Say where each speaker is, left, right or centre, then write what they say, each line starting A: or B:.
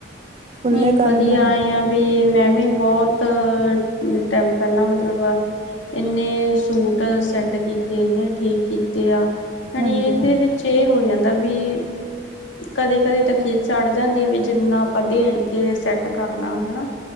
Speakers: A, on the right; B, on the left.
A: ਖੁੱਲ੍ਹੇ
B: ਨਹੀਂ
A: ਕਰਨ
B: ਵਧੀਆ
A: ਨੂੰ
B: ਆਏ ਆ। ਵੀ ਮੈਂ ਵੀ ਬਹੁਤ ਟਮ ਪਹਿਲਾਂ ਮਤਲਬ ਇੰਨੇ ਸੂਟ ਸੈੱਟ ਕੀਤੇ ਇੰਨੇ ਠੀਕ ਕੀਤੇ ਆ, ਹਨ
A: ਹਾਂਜੀ-ਹਾਂਜੀ,
B: ਇਹਦੇ ਵਿੱਚ ਇਹ ਹੋ ਜਾਂਦਾ ਵੀ ਕਦੇ ਕਦੇ ਤਾਂ ਖੀਰ ਚੜ ਜਾਂਦੀ ਹੈ ਵੀ ਜਿੰਨਾ ਆਪਾਂ ਦੇੜ ਜੇ ਸੈੱਟ ਕਰਨਾ ਹੈਨਾ,